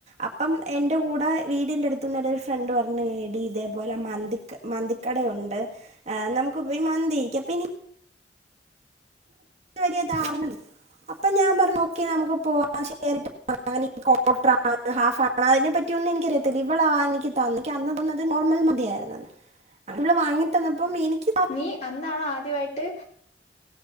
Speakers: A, on the right; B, on the left.
A: അപ്പം എന്റെ കൂടെ വീടിന്റട്ത്ത്ന്നൊര് ഫ്രണ്ട് പറഞ്ഞ് എടി ഇതേപോലെ മന്തി ക മന്തിക്കടയുണ്ട് ഏഹ് നമ്മക്ക് പോയി മന്തി കഴിക്കാം പിന്നെ വെല്യെ ധാർണ അപ്പൊ ഞാൻ പർഞ്ഞു ഓക്കെ നമുക്ക് പോവാം. ഷേയറിട്ട് <unintelligible> ഹാഫ് ആ <unintelligible> അതിനെപ്പറ്റ്യോന്നും എനിക്കറിയത്തില്ല. ഇവളാ എനിക്ക് തന്നെ. എനിക്ക് അന്ന് തിന്നത് നോർമൽ മന്തിയായിര്ന്നെന്ന്. ഇവള് വാങ്ങി തന്നപ്പം എനിക്കി
B: നീ അന്നാണോ ആദ്യവായിട്ട്